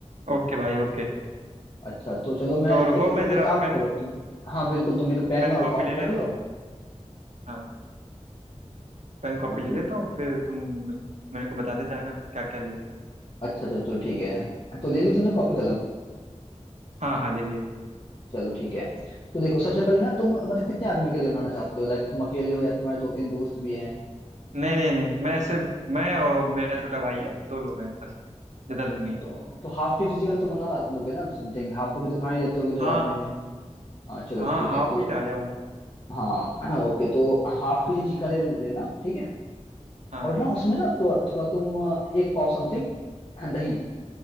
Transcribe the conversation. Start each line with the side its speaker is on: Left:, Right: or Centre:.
Right: ओके भाई ओके
Left: अच्छा तो चलो मैं
Right: तो रुको
Left: एक एक,
Right: मैं ज़रा
Left: एक काम
Right: पेन
Left: करो तुम हाँ बिल्कुल तुम एक पेन
Right: पेन
Left: और
Right: कॉपी
Left: कॉपी
Right: ले लेता
Left: रख लो
Right: हूँ हाँ पेन कॉपी
Left: अम्म,
Right: ले लेता हूँ फिर तुम मेरे को बताते जाना क्या क्या ले
Left: अच्छा चलो चलो ठीक है तो ले ली तुमने कॉपी कलम
Right: हाँ हाँ ले लिया ले लिया।
Left: चलो ठीक है तो देखो सबसे पहले ना तुम मतलब कितने आदमी के लिए बनाना चाहते हो लाइक तुम अकेले हो या तुम्हारे दो तीन दोस्त भी हैं
Right: नहीं नहीं नहीं मैं सिर्फ मैं और मेरा छोटा भाई है दो लोग हैं बस ज्यादा
Left: अच्छा
Right: लोग
Left: अच्छा
Right: नहीं
Left: तो
Right: हैं।
Left: तो हाफ के जी चिकन तो बना लोगे ना समथिंग हाफ के जी तो खा ही लेते होगे दो
Right: हाँ
Left: आदमी में हाँ चलो
Right: हाँ
Left: ठीक
Right: हाफ
Left: है तो
Right: ही लाया हूँ
Left: हाँ <clears throat> ओके तो हाफ के जी चिकन ले लेना ठीक है
Right: हाँ
Left: और ना उसमें ना तो थोड़ा तुम अ, एक पाव समथिंग दही